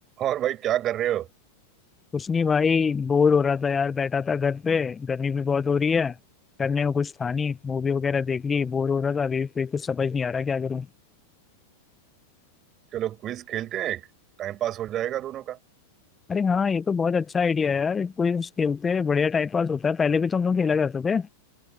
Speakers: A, on the right; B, on the left.
A: और भाई क्या कर रहे हो
B: कुछ नहीं भाई बोर हो रहा था यार बैठा था घर पे गर्मी भी बहुत हो रही है करने को कुछ था नहीं मूवी वगैरह देख ली बोर हो रहा था अभी फिर कुछ समझ नहीं आ रहा क्या करूं
A: चलो क्विज खेलते हैं एक टाइम पास हो जाएगा दोनों का
B: अरे हाँ ये तो बहुत अच्छा आइडिया है यार क्विज खेलते हैं बढ़िया टाइम पास होता है पहले भी तो हम लोग खेला करते थे